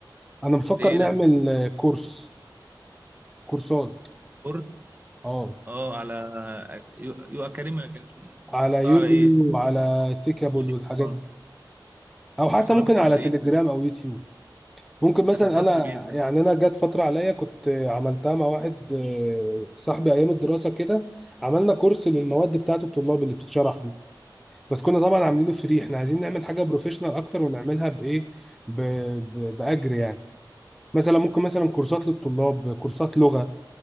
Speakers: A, in the centre; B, on the right (about 25°).
A: أنا بفكر
B: ايه
A: نعمل
B: ده
A: آه، كورس كورسات
B: كورس
A: اه
B: اه على يو, يو اكاديمي ولا كان اسمه بتحطها
A: على يوديمي
B: على ايه في
A: وعلى
B: موقع
A: تيكابل
B: فيديو.
A: والحاجات
B: اه
A: دي أو حتى
B: بس انا
A: ممكن
B: بكورس
A: على
B: ايه
A: تليجرام
B: طيب
A: أو يوتيوب ممكن مثلا
B: هتختص
A: أنا
B: بايه طيب
A: يعني أنا جت فترة عليا كنت آه، عملتها مع واحد آه، صاحبي أيام الدراسة كده عملنا كورس للمواد بتاعة الطلاب اللي بتتشرح دي بس كنا طبعا عاملينه فري احنا عايزين نعمل حاجه بروفيشنال اكتر ونعملها بايه ب... ب... باجر يعني مثلا ممكن مثلا كورسات للطلاب كورسات لغه